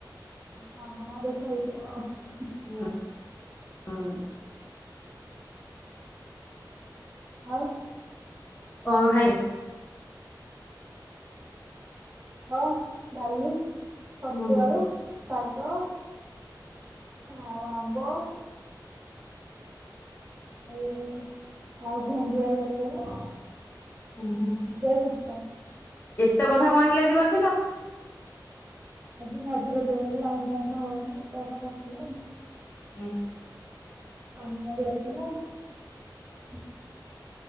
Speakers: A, on the right (about 30°); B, on the left (about 25°).
A: ହଁ ଆମ ଗାଁ ଦୋଷ ହୋଇଥିବ।
B: ହୁଁ ହୁଁ।
A: ଆଉ।
B: କଣ ଖାଇବୁ?
A: ଭାତ ଡାଲି ଛତୁଆଳୁ
B: ହୁଁ
A: ଶାଗ ଆଉ ଆମ୍ବ ଆଉ ଆଉ ଭେଣ୍ଡି ଆଳୁ ତରକାରି
B: ହୁଁ
A: ବଲ କିଛିା <unintelligible>
B: ଏତେ କଥା କଣ କିଲୋ ଅଜ କର
A: ଆଜି ମଝି ରଜ ବୋଲି ଆଇଁସ ଫାଇଁସ ହବନି ଥିଲା ଆ
B: ହୁଁ
A: ଆମଗଡ କେଥିଲା <unintelligible>